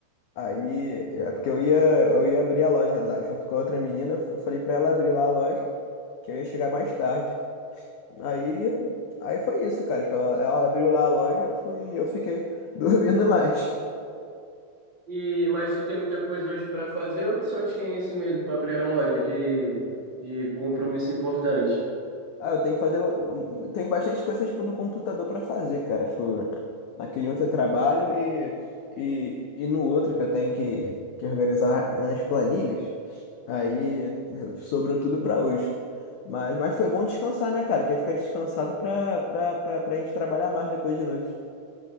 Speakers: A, on the left (about 80°); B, on the right (about 40°).
A: Aí, é porque eu ia, eu ia abrir a loja lá, junto com a outra menina, eu falei pra ela abrir lá a loja, que eu ia chegar mais tarde. Aí, aí foi isso, cara, tipo, ela, ela abriu lá a loja, eu fui, eu fiquei <laughs> dormindo mais.
B: E, mas tu tem muita coisa hoje para fazer, ou tu só tinha isso mesmo para abrir a loja de, de compromisso importante?
A: Ah, eu tenho que fazer. um, um, Tem bastante coisa, tipo, no computador pra fazer, cara. Tipo, naquele outro eu trabalho e, e, e no outro que eu tenho que, que organizar as planilhas. Aí eh, sobrou tudo pra hoje. Mas, mas foi bom descansar, né, cara? Que aí fica descansado pra, pra, pra, pra gente trabalhar mais depois de noite.